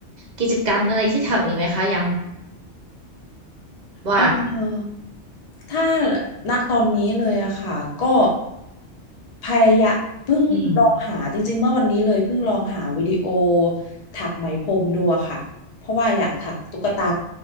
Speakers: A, on the right; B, on the left.
A: กิจกรรมอะไรที่ทำอีกไหมคะยามว่าง
B: เออถ้าณตอนนี้เลยอะค่ะก็พยายามเพิ่งลองหาจริงๆเมื่อวันนี้เลยเพิ่งลองหาวิดีโอ
A: อืม
B: ถักไหมพรมดูอะค่ะเพราะว่าอยากถักตุ๊กตา